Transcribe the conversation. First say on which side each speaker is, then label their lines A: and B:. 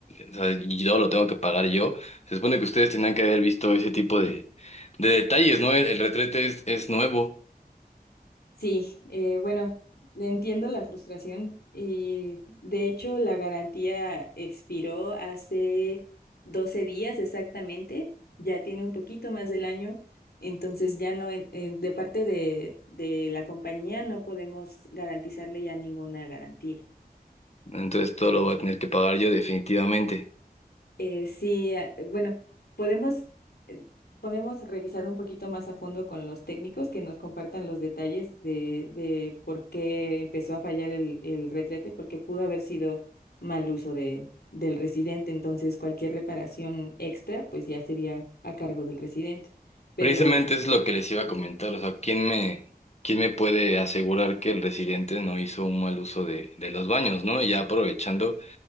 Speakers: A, on the left (about 40°); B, on the left (about 80°).
A: O sea, y yo lo tengo que pagar yo. Se supone que ustedes tenían que haber visto ese tipo de de detalles, ¿no? El, el retrete es, es nuevo,
B: Sí, eh, bueno, entiendo la frustración y de hecho la garantía expiró hace 12 días exactamente, ya tiene un poquito más del año, entonces ya no, eh, eh, de parte de, de la compañía no podemos garantizarle ya ninguna garantía.
A: entonces todo lo voy a tener que pagar yo definitivamente.
B: Eh, sí, ah, bueno, podemos, eh, podemos revisar un poquito más a fondo con los técnicos que nos compartan los detalles de, de por qué empezó a fallar el, el retrete, porque pudo haber sido mal uso de, del residente, entonces cualquier reparación extra pues ya sería a cargo del residente. Pero,
A: Precisamente es lo que les iba a
B: Ujú,
A: comentar, o sea, ¿quién me, quién me puede asegurar que el residente no hizo un mal uso de, de los baños, ¿no? Y ya aprovechando,